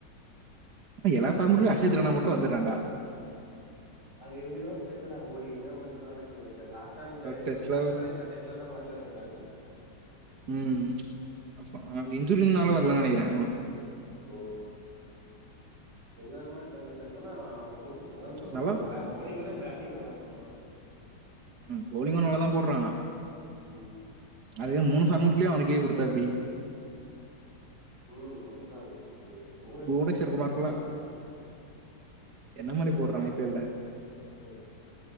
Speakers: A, on the right; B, on the right.
A: எல்லா ஃபார்மட்டலு அஷித்ரனா மட்டு வந்துறாண்டா
B: அது எப்டின்னு தெரியலடா ஓடி என்ன வந்தே நானு லாஸ்டா இந்த
A: டெஸ்ட்ல
B: ஆப்கானிஸ்தா டெஸ்ட்ல தா வர்லனு நெனைக்கிறே என்ன
A: ம் அப்ப அது இன்சூரின்னால வர்லனு நெனைக்கிறே அவ
B: ஓ என்னதான் <inaudible> ஆனா அவ
A: நல்லா
B: பௌலிங் விட பேட்டிங் நல்லா பண்றான்ல
A: ம் போலிங்கு நல்லா தா போட்றா
B: ம்
A: அதுவே மூணு பார்மட்லேயு அவனுக்கே குடுத்தா எப்டி
B: ம் அதுதா அது அது புவனேஷ்வர்
A: புவனேஸ்வர்
B: குமருக்கு
A: குமார்க்குலாம்
B: குடுக்கலா
A: என்ன
B: <unintelligible>
A: மாதிரி போடுறான் ஐபிஎல்ல
B: ம் <inaudible>